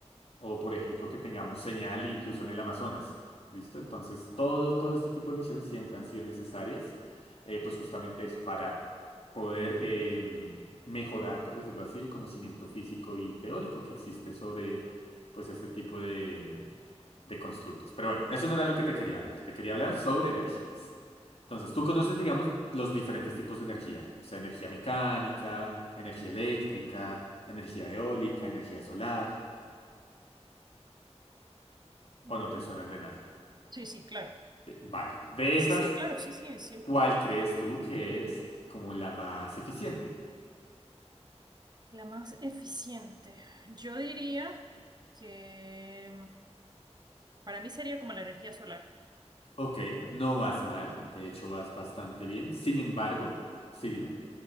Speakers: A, on the left (about 60°); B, on the right (about 35°).
A: O por ejemplo que tengamos señal incluso en el Amazonas. ¿Listo? Entonces todo, todo este tipo de misiones siempre han sido necesarias, eh, pues justamente eso, para poder em, mejorar, por decirlo así, el conocimiento físico y teórico que existe sobre pues este tipo de, em, de constructos. Pero bueno, eso no era lo que te quería hablar, te quería hablar sobre energías. Entonces, tú conoces, digamos, los diferentes tipos de energía, o sea, energía mecánica, energía eléctrica, energía eólica, energía solar.
B: Ujú.
A: ¿O no te suenan de nada?
B: Sí, sí, claro.
A: Sí. Vale. De
B: Sí,
A: esas,
B: sí, claro, sí, sí, sí.
A: ¿cuál crees tú que es como la más eficiente?
B: La más eficiente. Yo diría que... Para mí sería como la energía solar.
A: Ok, no vas mal, de hecho vas bastante bien. Sin embargo, sí, dime.